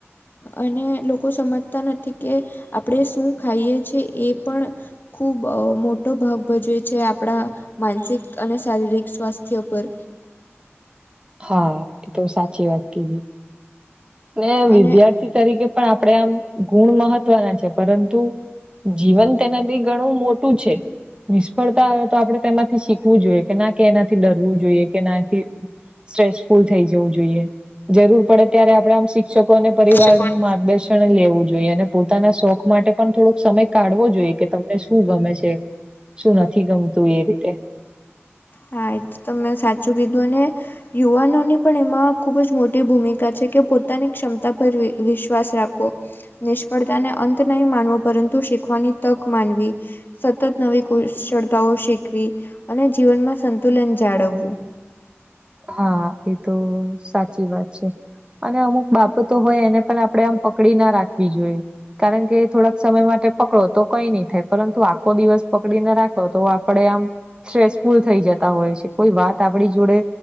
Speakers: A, on the left; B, on the right.
A: અને લોકો સમજતા નથી કે આપણે શું ખાઈએ છીએ એ પણ ખૂબ મોટો ભાગ ભજવે છે આપણા માનસિક અને શારીરિક સ્વાસ્થ્ય પર.
B: હા એ તો સાચી વાત કીધી. ને વિદ્યાર્થી
A: અને
B: તરીકે પણ આપણેે આમ ગુણ મહત્વના છે. પરંતુ જીવન તેનાથી ઘણું મોટું છે. નિષ્ફળતા હોય તો આપડણે તેમાંથી શીખવું જોઈએ કે ના કે એનાથી ડરવું જોઈએ કે નાથી સ્ટ્રેસફુલ થઈ જવું જોઈએ જરૂર પડે ત્યારે આપણેે આમ શિક્ષકો અને પરિવારનું
A: શકોન
B: માર્ગદર્શન લેવું જોઈએ અને પોતાના શોખ માટે પણ થોડોક સમય કાઢવો જોઈએ કે તમને શું ગમે છે. શું નથી ગમતું એ રીતે.
A: હા એ તો તો મેં સાચું કીધું અને યુવાનોની પણ એમાં ખૂબ જ મોટી ભૂમિકા છે કે પોતાની ક્ષમતા પર વિશ્વાસ રાખવો. નિષ્ફળતાને અંત નહીં માનવો પરંતુ શીખવાની તક માનવી. સતત નવી કુશળતાઓ શીખવી અને જીવનમાં સંતુલન જાળવવું.
B: હા એ તો સાચી વાત છે, અને અમુક બાબતો હોય એને પણ આપણે આમ પકડી ના રાખવી જોઈએ કારણ કે થોડાક સમય માટે પકડો તો કઈ નહી થાય પરંતુ આખો દિવસ પકડી ના રાખો તો આપડે આમ સ્ટ્રેસફુલ થઈ જતા હોય છે કોઈ વાત આપણી જોડે